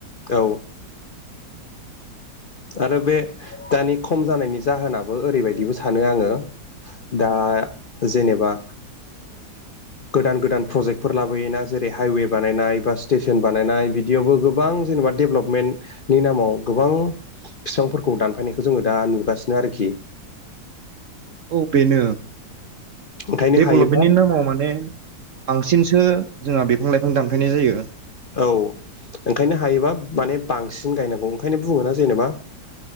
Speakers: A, on the left; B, on the right.
A: औ आरो बे दानि खम जानायनि जाहोनाबो ओरैबायदिबो सानो आङो दा जेनेबा गोदान गोदान प्रजेक्टफोर लाबोयोना जेरै हाइवे बानायनाय बा स्टेसन बानायनाय बिदियावबो गोबां जेनेबा डेभेलपमेन्टनि नामाव गोबां बिफांफोरखौ दानफायनायखौ जोङो दा नुगासिनो आरोखि
B: औ बेनो
A: ओंखायनो
B: डेभलपमेन्टनि
A: हायोबा
B: नामाव माने बांसिनसो जोंहा बिफां लाइफां दानफायनाय जायो
A: औ ओंखायनो हायोबा माने बांसिन गायनांगौ ओंखायनो बुङोना जेनेबा